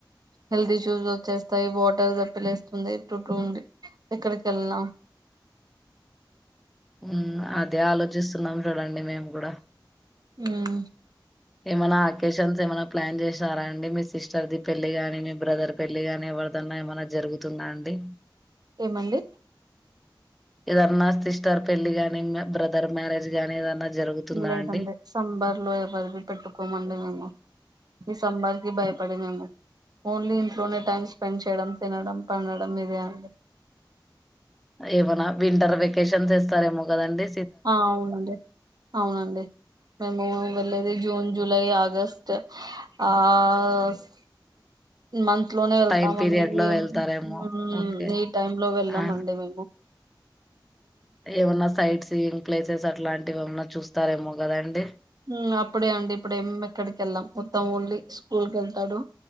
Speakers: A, on the right; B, in the centre.
A: హెల్త్ ఇష్యూస్ వచ్చేస్తాయి వాటర్ దప్పిలేస్తుంది టుటూ ఉండి ఎక్కడికెళ్ళిన
B: హ్మ్ అదే ఆలోచిస్తున్నం టుడండి మేము గుడా
A: మ్మ్
B: ఏమన అకేషన్స్ ఏమన ప్లాన్ చేసారా అండి మీ సిస్టర్ది పెళ్లిగాని, మీ బ్రదర్ పెళ్లి గాని ఎవరిదన్నా ఏమన్నా జరుగుతుందా అండి.
A: ఏమండి
B: ఇదన్నా సిస్టర్ పెళ్లి గాని ఇంగా బ్రదర్ మ్యారేజ్ గాని ఏదన్నా జరుగుతుందా
A: లేదండి
B: అండి
A: సంబర్ లో ఎవ్వర్వి పెట్టుకోమండి మేము ఈ సంబాధికి భయపడి మేము, ఓన్లీ ఇంట్లోనే టైం స్పెండ్ చేయడం తినడం పండడం ఇదే అండి.
B: ఏమనా వింటర్ వెకేషన్స్ ఇస్తారేమో గదండి
A: ఆ అవునండి అవునండి మేము వెళ్ళేది జూన్ జ్ జూలై ఆగస్ట్ ఆ స్ మంత్ ట్లోనే వెళ్తామండి
B: టైం పీరియడ్
A: <inaudible> ఉమ్
B: లో వెళ్తారేమో ఓకే
A: ఈ టైమ్ లో వెళ్ళమండి
B: ఆ
A: మేము
B: ఏమన్నా సైట్ సీయింగ్ ప్లేసెస్ అట్లాంటివి ఏమన్నా చూస్తారేమో కదండి.
A: ఉమ్ అప్పుడే ఉంది. ఇప్పుడేం ఎక్కడికెళ్ళం మొత్తం ఓన్లీ స్కూల్కి వెళ్తాడు